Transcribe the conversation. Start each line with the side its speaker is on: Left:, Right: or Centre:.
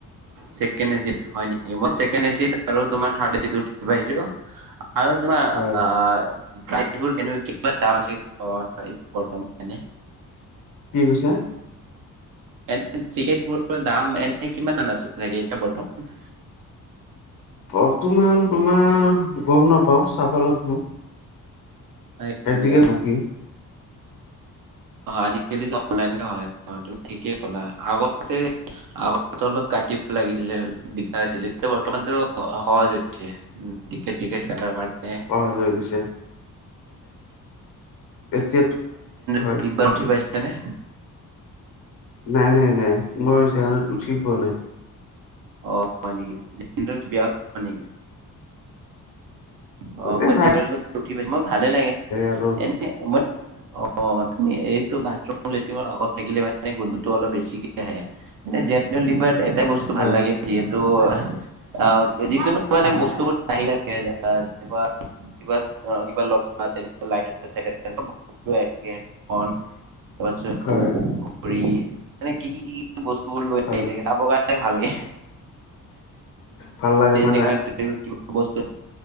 Right: চেকেণ্ড এচিত হয় নেকি। মই চেকেণ্ড এচিত আৰু তোমাৰ থাৰ্ড এচিত উঠি পাইছো। আৰু তোমাৰ
Left: হয়
Right: আ গাইডবোৰ কেমেকুৱা কিমান দাম হৈছে বৰ্তমান হয়নে।
Left: কি কৈছা?
Right: এনে টিকেট বোৰৰ দাম এনে কিমান মান আছে চাগে এতিয়া বৰ্তমান?
Left: বৰ্তমান তোমাৰ গম নাপাওঁ চাব লাগিব।
Right: হয়
Left: <unintelligible>
Right: নেকি? অ', অ আজিকালিটো অনলাইনতে হয়। অ তুমি ঠিকেই ক'লা আগতে আগতে অলপ কাটি ব লাগিছিলে অলপ দিগদাৰ আছিলে এতিয়া বৰ্তমানটো সহজ হৈছে টিকেট-চিকেট কটাৰ কাৰণে।
Left: সহজ হৈ গৈছে এতিয়া হয়
Right: <unintelligible> উঠি পাইছানে?
Left: নাই নাই নাই মই জেনেৰেলত উঠি পোৱা নাই।
Right: অ হয় নি। জেনেৰেলত কি বেয়া পোৱা নিকি? অ
Left: এ
Right: মই
Left: নাই
Right: জেনেৰেলত উঠি পাইছো মোৰ ভালে লাগে,
Left: আৰু
Right: এনে মই অ তুমি এইটো বাথৰুম লেট্ৰিনৰ আগত থাকিলে মানে মানে গোন্ধটো অলপ বেছিকে আহে এনে জেনেৰেল ডিবাত এটা বস্তু
Left: হয়
Right: ভাল লাগে যিহেতু অ যিকোনো মানে বস্তুবোৰ আহি থাকে তেনেকুৱা কিবা অহ কিবা লগপাম তেনেকুৱা <unintelligible> কেক, বন তাৰপিছত
Left: হয়
Right: ঘড়ীৰ এনেকে কি কি বস্তুবোৰ লৈ
Left: হয়
Right: আহি থাকে চাবৰ কাৰণে ভাল লাগে
Left: ভাল লাগে মানে
Right: <unintelligible> কিবা বস্তু